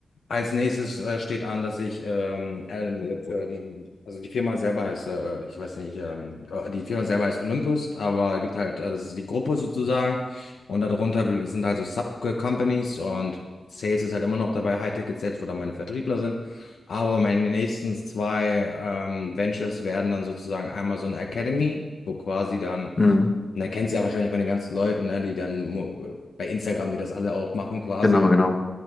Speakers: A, on the left; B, on the left.
A: als nächstes äh, steht an, dass ich, ähm, ähm, ähm, also die Firma selber heißt, äh, ich weiß nicht, ähm, äh, die Firma selber heißt Olympus, aber gibt halt, äh, das ist die Gruppe sozusagen und darunter will, sind halt so Sub-Companies und Sales ist halt immer noch dabei, High-Ticket Sales, wo dann meine Vertriebler sind, aber meine nächsten zwei ähm, Ventures werden dann sozusagen einmal so eine Academy, wo quasi dann,
B: hm.
A: und da kennst du ja wahrscheinlich von den ganzen Leuten, ne, die dann mo- bei Instagram, die das alle auch machen quasi,
B: Genau, genau.